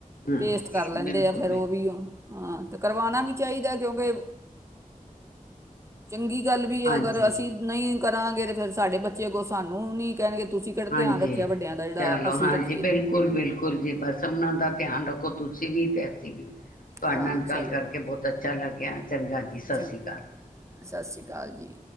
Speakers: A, on the left; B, on the right.
A: ਹਾਂ
B: ਟੇਸਟ ਕਰ ਲੈਂਦੇ
A: ਬਿਲਕੁਲ
B: ਆ ਫਿਰ
A: ਬਿਲਕੁਲ
B: ਉਹ ਵੀਾਂ ਅਤੇ ਕਰਵਾਉਣਾ ਵੀ ਚਾਹੀਦਾ ਕਿਉਂਕਿ ਚੰਗੀ ਗੱਲ ਵੀ
A: ਹਾਂਜੀ
B: ਅਗਰ ਅਸੀਂ ਨਹੀਂ ਕਰਾਂਗੇ ਤੇ ਫੇਿਰ ਸਾਡੇ ਬੱਚੇ ਕੋਲ ਸਾਨੂੰ ਨੀ ਕਹਿਣਗੇ ਤੁਸੀਂ ਕਿਹੜਾ
A: ਹਾਂਜੀ
B: ਧਿਆਨ ਰੱਖਿਆ ਵੱਡਿਆਂ ਦਾ ਜਿਹੜਾ
A: ਚਲੋ
B: ਅਸੀਂ
A: ਹਾਂਜੀ
B: ਰੱਖੀਏ
A: ਬਿਲਕੁਲ ਬਿਲਕੁਲ ਜੀ ਬਸ ਉਹਨਾਂ ਦਾ ਧਿਆਨ ਰੱਖੋ ਤੁਸੀਂ ਵੀ ਅਤੇ ਅਸੀਂ ਵੀ ਤੁਹਾਡੇ
B: ਹਾਂ
A: ਨਾਲ
B: ਚਲੋ
A: ਗੱਲ ਕਰਕੇ ਬਹੁਤ ਅੱਛਾ ਲੱਗਿਆ ਚੰਗਾ ਜੀ ਸਤਿ
B: ਚੰਗਾ
A: ਸ੍ਰੀ ਅਕਾਲ
B: ਸਤਿ ਸ਼੍ਰੀ ਅਕਾਲ ਜੀ